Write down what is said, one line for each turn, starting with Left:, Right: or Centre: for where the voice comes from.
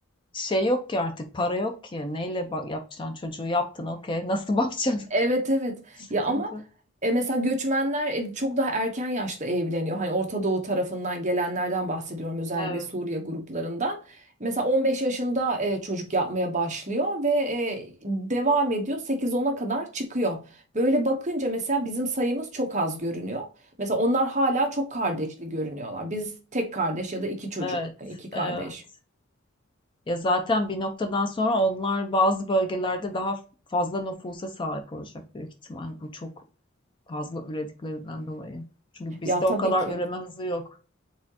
Left: şey yok ki artık para yok ki. Neyle bak yapacaksın çocuğu yaptın okey. Nasıl bakacaksın?
Right: Evet evet
Left: <laughs> Sıkıntı.
Right: ya ama e, mesela göçmenler e, çok daha erken yaşta evleniyor. Hani Orta Doğu tarafından gelenlerden bahsediyorum özellikle
Left: Evet.
Right: Suriye gruplarından. Mesela 15 yaşında e, çocuk yapmaya başlıyor ve e, devam ediyor 8-10'a kadar çıkıyor. Böyle bakınca mesela bizim sayımız çok az görünüyor. Mesela onlar hala çok kardeşli görünüyorlar. Biz tek kardeş ya da iki çocuk,
Left: Evet.
Right: hani iki kardeş.
Left: Evet. Ya zaten bir noktadan sonra onlar bazı bölgelerde daha fazla nüfusa sahip olacak büyük ihtimal. Bu çok fazla ürediklerinden dolayı. Çünkü bizde
Right: Ya tabii
Left: o kadar
Right: ki.
Left: üreme hızı yok.